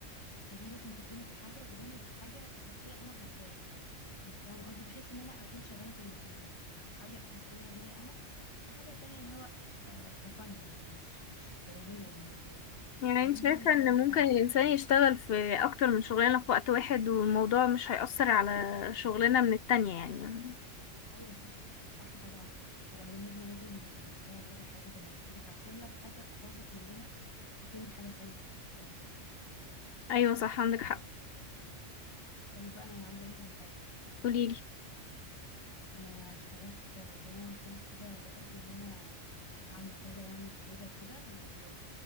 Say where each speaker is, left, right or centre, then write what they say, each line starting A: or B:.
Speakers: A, on the left; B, on the left.
A: فدي لازم تكون حاجه بجانب حاجه اساسيه انا حباها انت فاهمه قصدي بحيث ان انا اكون شغاله في الاثنين في في حاجه اساسيه ليا انا وحاجه تانية اللي هو آه كفن يعني مش مش ضروريه بالنسبه لي
B: يعني
A: فدي
B: انت شايفه ان
A: اه
B: ممكن
A: فعلا
B: الانسان يشتغل في اكتر من شغلانه في وقت واحد والموضوع مش هيأثر على شغلنا من التانية يعني
A: ايوه صح صح طبعا وبعدين احنا لازم يعني نشتغل كذا حاجه زي ما قلت لك عشان لو حاجه باظت مننا تكون الحاجه التانية معانا
B: ايوه صح عندك حق
A: طيب انا عايزه اقول لك على حاجه
B: قوليلي
A: انا اشتغلت زي ما انا قلت لك كده بدأت ان انا اعمل كذا يعني بلوزة وكده و...